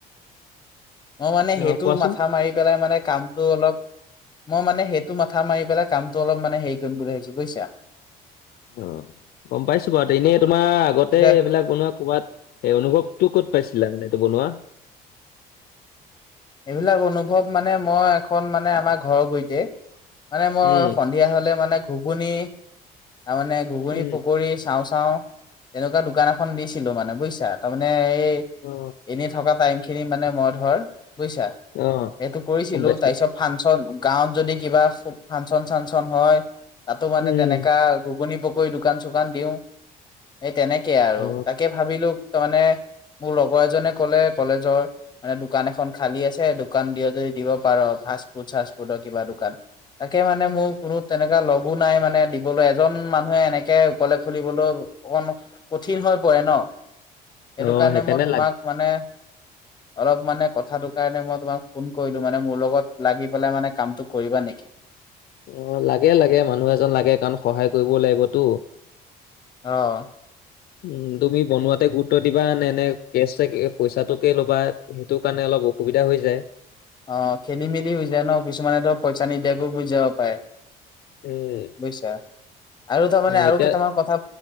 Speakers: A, on the left (about 25°); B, on the left (about 65°).
A: মই মানে সেইটো
B: অ কোৱাচোন
A: মাথা মাৰি পেলাই মানে কামটো অলপ। মই মানে সেইটো মাথা মাৰি পেলাই কামটো অলপ মান হেৰি কৰিম বুলি ভাবিছো বুজিছা।
B: অ গম পাইছো বাৰ এনেই। তোমাৰ আগতে
A: এতিয়া
B: এইবিলাক বনোৱা কৱাত হে অনুভৱতটো ক'ত পাইছিলা মানে। বনোৱা।
A: এইবিলাক অনুভৱ মানে মই এখন মানে আমাৰ ঘৰৰ গৈতে। মানে মই
B: উম
A: সন্ধিয়া হলে মানে ঘুগুনি তাৰ মানে ঘুগুনি
B: উম
A: পকী চাওঁ। খাওঁ এনেকুৱা দোক এ দিছিলো মানে বুজ তাৰে এই
B: অ
A: এনে থকা টাইম। খিনি মানে মই ধৰ বুজিছা
B: অ
A: এইটো কৰিছিলো
B: গম পাইছো
A: তাৰ পিছত ফাংচন। গাঁৱত যদি কিবা ফাংচন চাংচন হয় তাতো মানে
B: উম
A: তেনেককা ঘুগুনি প। কৈ দোকান চোকান দিও এই তেনেকে আৰু
B: অ
A: তাকে ভাবিলো। তাৰ মানে মোৰ লগৰ এজনে কলে কলেজৰ মানে দোকান এ। খন খালী আছে দোকান দিয় যদি দিব পাৰ ফাষ্ট ফুড চাষ্ট ফুডৰ কিবা দোকান। তাকে মানে মোৰ কোনো তেনেকুৱা লগো নাই মানে দিবলৈ এজন মানুহে এনেকে অকলে খুলিবলো। অণ কঠিন হৈ পৰে ন। সেইটো
B: অ
A: কাৰণে
B: সেইকাৰণে
A: মই তোমাক
B: লাগ
A: মানে অলপ মানে ক। কথাটো কাৰণে মই তোমাক ফোন কৰিলো মানে মোৰ লগত লাগি পেলাই মানে কামটো কৰিবা নেকি।
B: অ লাগে লাগে মানুহ এজন লাগে কাৰণ সহায় কৰিবও লাগিবতো।
A: অহ।
B: উম তুমি বনোৱাতে গুৰুত্ব দিবা, নে নে কেচ পইচাটোকে ল'বা? টো কাৰণে অলপ অসুবিধা হৈ যায়?
A: অ খেলি মেলি হৈ যায় ন, কিছুমানে ধো পইচা নিদিয়াকৈ গোছি যাব পাৰে।
B: উম
A: বুজছা, আৰু তাৰমানে
B: অ
A: আৰু
B: এতিয়া
A: কেতামাৰ কথা।